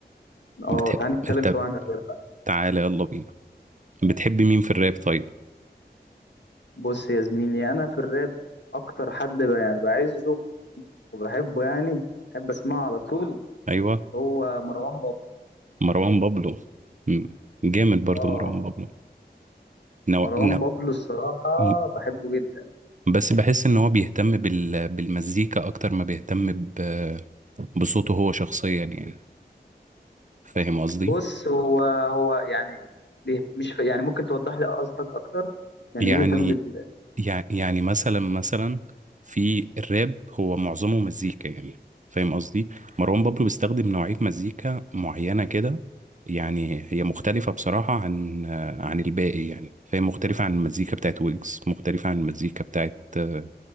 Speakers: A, on the left; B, on the right.
A: اه
B: بتحب
A: تعال نتكلم
B: انت
A: شويه عن الراب بقى
B: تعالى يلا بينا بتحب مين في الراب طيب
A: بص يا زميلي انا في الراب اكتر حد ب- يعني بعزه وبحبه يعني بحب اسمعه على طول
B: ايوه
A: هو مروان بابلو
B: مروان بابلو مم. جامد برضو
A: اه
B: مروان بابلو نو...
A: مروان
B: نو...
A: بابلو الصراحة
B: مم.
A: بحبه جدا
B: بس بحس ان هو بيهتم بال... بالمزيكا اكتر ما بيهتم ب... بصوته هو شخصيا يعني فاهم قصدي
A: بص هو هو يعني بيه- مش ف... يعني ممكن توضح لي قصدك اكتر يعني
B: يعني
A: ايه بيهتم بال
B: يع- يعني مثلا مثلا في الراب هو معظمه مزيكا يعني فاهم قصدي مروان بابلو بيستخدم نوعية مزيكا معينة كده يعني هي مختلفة بصراحة عن آه، عن الباقي يعني فاهم مختلفة عن المزيكا بتاعت ويجز مختلفة عن المزيكا بتاعت آه،